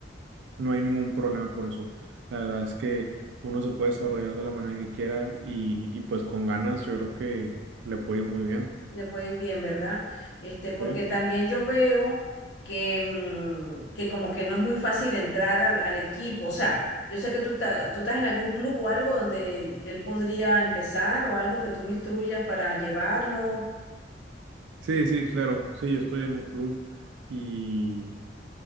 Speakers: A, on the right; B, on the left.
A: no hay ningún problema por eso. La verdad es que uno se puede desarrollar de la manera que quiera y, y pues con ganas yo creo que le puede ir muy bien.
B: Le puede ir bien, ¿verdad? Este, porque
A: ¿sí?
B: también yo veo que, mm, que como que no es muy fácil entrar al, al equipo. O sea, yo sé que tú, estás tú estás en algún club o algo donde él podría empezar o algo que tú me instruyas para llevarlo.
A: Sí, sí, claro. Sí, yo estoy en un club y